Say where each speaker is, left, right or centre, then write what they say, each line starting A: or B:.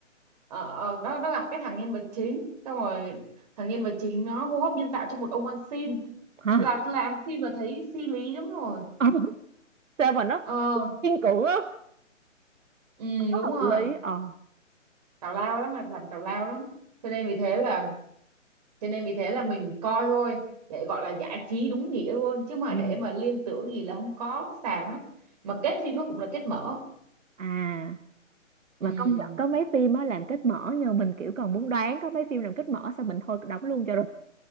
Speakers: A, on the right; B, on the right.
A: ờ, ờ, nó nó gặp cái thằng nhân vật chính xong rồi thằng nhân vật chính nó hô hấp nhân tạo cho một ông ăn xin
B: hả?
A: là làm phim mà thấy phi lý lắm rồi
B: Ờ, <laughs> sao mà nó
A: ờ
B: kiên cưỡng á,
A: ừ,
B: hợp
A: đúng rồi
B: lý. Ờ.
A: tào lao lắm là làm tào lao lắm cho nên vì thế là cho nên vì thế là mình coi thôi để gọi là giải trí đúng nghĩa luôn chứ mà
B: Ừ.
A: để mà liên tưởng gì là không có xàm lắm mà kết phim nó cũng là kết mở
B: À, mà
A: Ừm,
B: công nhận có mấy phim á làm kết mở nhờ mình kiểu còn muốn đoán có mấy phim làm kết mở sao mình thôi đóng luôn cho rồi.